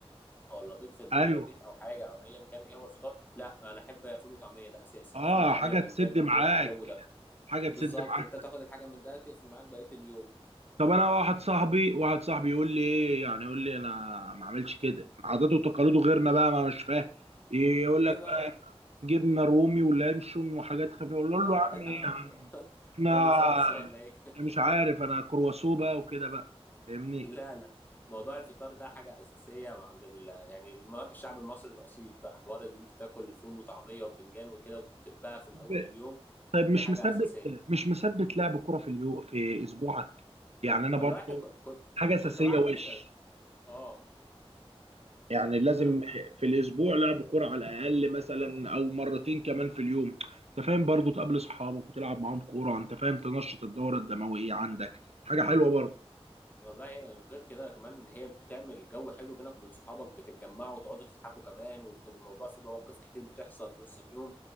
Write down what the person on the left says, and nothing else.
ولا بيض في البيت
او حاجه او ايا كان ايه هو الفطار لا انا احب فول وطعميه ده اساسي
فول وطعميه
وبتنجان
كده الجو ده
بالظبط
انت تاخد الحاجه من ده تقفل معاك بقيه اليوم
ليه
بقى
لا
<laughs>
هو من فرنسا ولا ايه <laughs>
لا لا موضوع الفطار ده حاجه اساسيه عند ال... يعني الم- الشعب المصري الاصيل بقى حوار ان انت تاكل فول وطعميه وبتنجان وكده وتبقى في الاول
اليوم
دي
حاجه
اساسيه
والله
احنا كنت كنت
كنت بعمل
كده اه
انا
والله غير كده كمان ان هي بتعمل جو حلو بينك وبين صحابك بتتجمعوا وتقعدوا تضحكوا كمان ويكون الموضوع فيه مواقف كتير بتحصل في نص اليوم